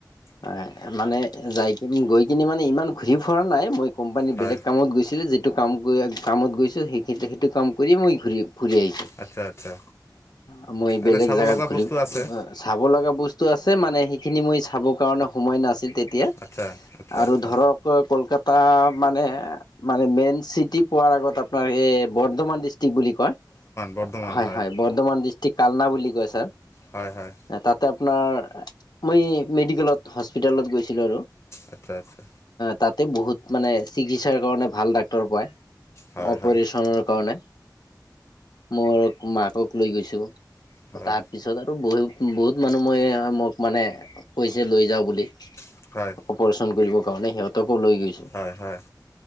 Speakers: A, on the left; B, on the left.
A: হয় মানে যায় গৈ কিনে মানে ইমান ঘূৰি ফুৰা নাই মই কোম্পানীৰ
B: হয়
A: বেলেগ কামত গৈছিলে যেতি সেইটো কাম কৰি কামত গৈছোঁ সেইখিন সেইটো কাম কৰি মই ঘূৰিম ঘুৰি আহিছোঁ
B: আচ্ছা আচ্ছা
A: অ' মই বেলেগ
B: এনে চাব
A: জেগাত
B: লগা
A: ঘূৰি
B: বস্তু আছে
A: চাব লগা বস্তু আছে মানে সেইখিনি মই চাবৰ কাৰণে সময় নাছিল। তেতিয়া
B: আচ্ছা আচ্ছা
A: আৰু
B: আচ্ছা
A: ধৰক কলকাতা মানে মানে মেইন চিটি পোৱাৰ আগত আপোনাৰ এই বৰ্ধমান দি বুলি কয়
B: বৰ্ধমান বৰ্ধমান
A: হয় হয় বৰ্ধমান ডিষ্ট্ৰিক কালনা বুলি কয় ছাৰ।
B: হয়, হয়।
A: তাতে আপোনাৰ মই মেডিকেলত হস্পিটেলত গৈছিলোঁ আৰু
B: আচ্ছা আচ্ছা
A: তাত তাতে বহুত মানে চিকিৎসাৰ কাৰণে ভাল ডাক্তৰ পায়
B: হয়
A: অপাৰেচনৰ
B: হয়
A: কাৰণে। মোৰ মাকক লৈ গৈছো
B: হয়
A: তাৰপিছত আৰু বহি বহুত মানুহ মই মোক মানে কৈছে লৈ যাওঁ বুলি
B: হয়।
A: অপাৰেচন কৰিব। কাৰণে সিহঁতকো লৈ গৈছো
B: হয় হয়